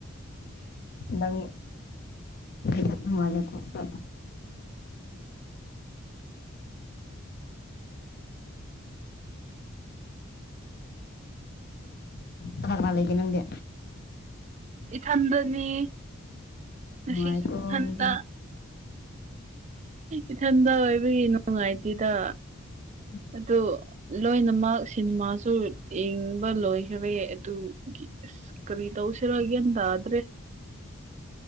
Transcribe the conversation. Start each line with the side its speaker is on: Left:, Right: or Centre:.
Left: ꯅꯪ <unintelligible> ꯀꯅꯥ ꯀꯅꯥ ꯂꯩꯒꯦ ꯅꯪꯗꯤ
Right: ꯏꯊꯟꯗꯅꯤ ꯉꯁꯤꯁꯨ
Left: ꯅꯨꯡꯉꯥꯏꯀꯣ
Right: ꯏꯊꯟꯗ
Left: ꯃꯤꯗꯤ
Right: ꯏꯊꯟꯇ ꯑꯣꯏꯕꯒꯤ ꯅꯨꯡꯉꯥꯏꯇꯦꯗ
Left: ꯎꯝ <inaudible>
Right: ꯑꯗꯨ ꯂꯣꯏꯅꯃꯛ ꯁꯤꯅꯦꯃꯥꯁꯨ ꯌꯦꯡꯕ ꯂꯣꯏꯈꯔꯦ ꯑꯗꯨꯒꯤ ꯀ꯭ꯔꯤ ꯇꯧꯁꯤꯔ ꯒꯌꯥꯟ ꯇꯥꯗ꯭ꯔꯦ